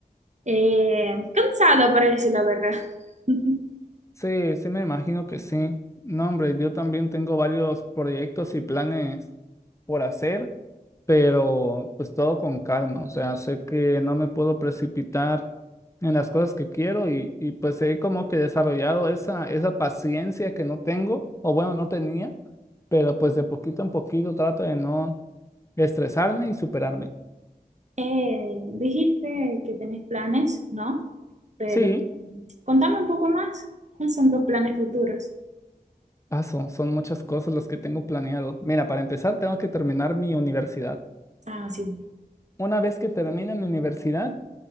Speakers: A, on the right (about 45°); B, on the left (about 20°).
A: Eh, cansado para decir la verdad. <laughs>
B: sí, sí me imagino que sí. No, hombre, yo también tengo varios proyectos y planes por hacer, pero pues todo con calma. O sea, sé que no me puedo precipitar en las cosas que quiero y, y pues he como que desarrollado esa, esa paciencia que no tengo, o bueno, no tenía, pero pues de poquito en poquito trato de no estresarme y superarme.
A: Eh, dijiste que tenés planes, ¿no? Pero
B: Sí,
A: contame un poco más. ¿Cuáles son tus planes futuros?
B: paso, son muchas cosas las que tengo planeado. Mira, para empezar tengo que terminar mi universidad.
A: Ah, sí.
B: una vez que termine mi universidad,